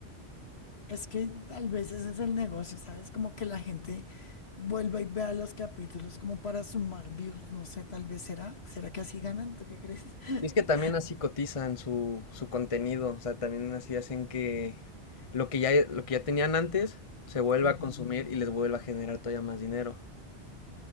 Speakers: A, on the left; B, on the left.
A: Es que tal vez ese es el negocio, ¿sabes? Como que la gente vuelva y vea los capítulos como para sumar views, no sé, tal vez será. ¿Será que así ganan? ¿Tú qué crees? <laughs>
B: Y es que también así cotizan su, su contenido, o sea, también así hacen que lo que ya, lo que ya tenían antes se vuelva
A: Ujú.
B: a consumir y les vuelva a generar todavía más dinero.